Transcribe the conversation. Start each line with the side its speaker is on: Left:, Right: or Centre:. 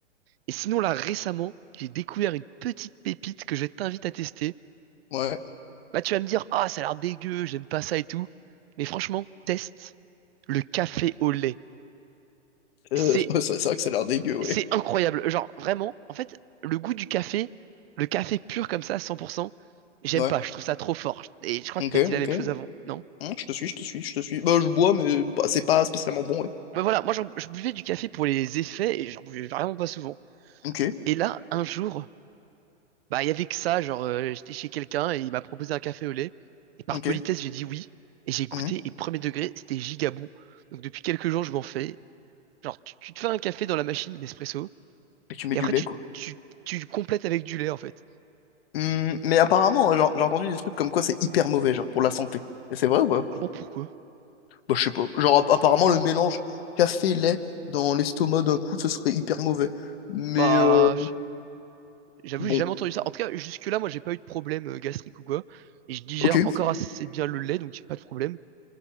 Right: Et sinon là récemment, j'ai découvert une petite pépite que je t'invite à tester.
Left: Ouais.
Right: Là tu vas me dire, ah ça a l'air dégueu, j'aime pas ça et tout. Mais franchement, teste le café au lait.
Left: Euh,
Right: C'est
Left: <laughs> c'est c'est vrai que ça a l'air dégueu, ouais.
Right: C'est incroyable. Genre, vraiment, en fait, le goût du café, le café pur comme ça, 100%, j'aime
Left: Ouais.
Right: pas. Je trouve ça trop fort. Et je crois
Left: Ok,
Right: que t'as dit la même
Left: ok.
Right: chose avant, non?
Left: Hum, je te suis, je te suis, je te suis. Bah, je bois, mais bah, c'est pas spécialement bon, ouais.
Right: Bah voilà, moi, j'en- je buvais du café pour les effets et j'en buvais vraiment pas souvent.
Left: Ok,
Right: Et là, un jour, bah, il y avait que ça. Genre, euh, j'étais chez quelqu'un et il m'a proposé un café au lait. Et par
Left: ok.
Right: politesse, j'ai dit oui. Et j'ai goûté
Left: hum.
Right: et premier degré, c'était giga bon. Donc, depuis quelques jours, je m'en fais. Genre, tu, tu te fais un café dans la machine Nespresso
Left: Et tu mets
Right: et
Left: du
Right: après,
Left: lait,
Right: tu,
Left: quoi.
Right: tu, tu complètes avec du lait, en fait.
Left: Hum, mais apparemment, genre, j'ai entendu des trucs comme quoi c'est hyper mauvais, genre, pour la santé. Et c'est vrai ou pas?
Right: Ah bon, pourquoi?
Left: Bah, je sais pas. Genre, app- apparemment, le mélange café-lait dans l'estomac d'un coup, ce serait hyper mauvais. Mais
Right: Bah,
Left: euh,
Right: J'avoue,
Left: bon,
Right: j'ai jamais entendu ça. En tout cas, jusque-là, moi, j'ai pas eu de problème euh, gastrique ou quoi. Et je digère
Left: ok.
Right: encore assez bien le lait, donc j'ai pas de problème.